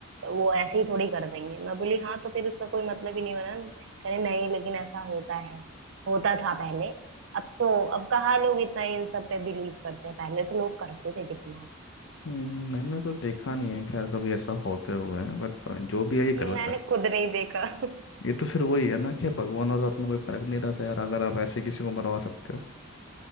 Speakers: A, on the right; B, on the left.
A: तो वो ऐसे ही थोड़ी कर देंगे मैं बोली हाँ तो फिर उसका कोई मतलब ही नहीं बना कहे नहीं लेकिन ऐसा होता है होता था पहले अब तो अब कहाँ लोग इतना इन सब पे बिलीव करते हैं पहले तो लोग करते थे कितना
B: हम्म, मैंने तो देखा नहीं है खैर कभी ऐसा होते हुए बट जो भी है ये
A: मैंने
B: गलत है
A: खुद नहीं देखा <laughs>
B: ये तो फिर वही है ना कि भगवान और आप में कोई फर्क नहीं रहता यार अगर आप ऐसे किसी को मरवा सकते हो